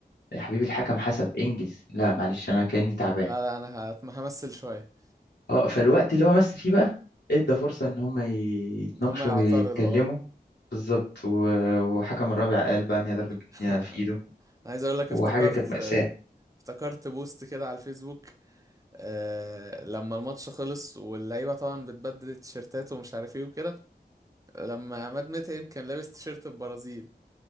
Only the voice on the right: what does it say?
لا لا انا هت- همثل شوية
ان هم يعترضوا
اه
<laughs>
انا
عايز اقول لك
افتكرت
افتكرت بوست كده على الفيسبوك آه، لما الماتش خلص واللعيبه طبعا بتبدل تيشيرتات ومش عارف ايه وكده لما عماد متعب كان لابس تيشيرت البرازيل